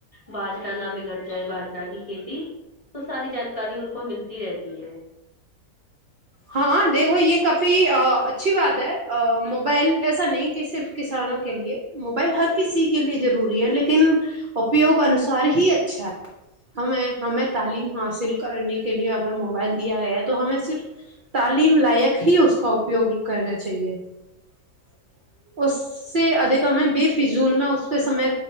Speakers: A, on the left; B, on the right.
A: بازوک جانہ بگڑ چاہے باجرہ کی کھیتی تو ساری جانکاری ان کو ملتی رہتی ہے
B: ہاں دیکھو یہ کافی اچھی بات ہے موبائل ایسا نہیں کہ صرف کسانوں کے لیے موبائل ہر کسی کے لیے ضروری ہے لیکن اپیوگ انوسار ہی اچھا ہے ہمیں ہمیں تعلیم حاصل کرنے کے لیے اگر موبائل دیا گیا ہے تو ہمیں صرف تعلیم لائق ہی اس کا اپیوگ کرنا چاہیے اس اس سے ادھیکم ہے بے فضول میں اس پہ سمے